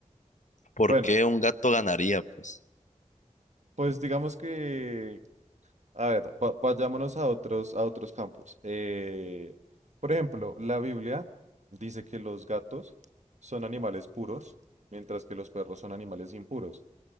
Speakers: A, on the left (about 70°); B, on the right (about 65°).
A: ¿Por
B: Bueno,
A: qué un gato ganaría, pues?
B: pues digamos que, a ver, va- vayámonos a otros, a otros campos. Eh, por ejemplo, la Biblia dice que los gatos son animales puros, mientras que los perros son animales impuros.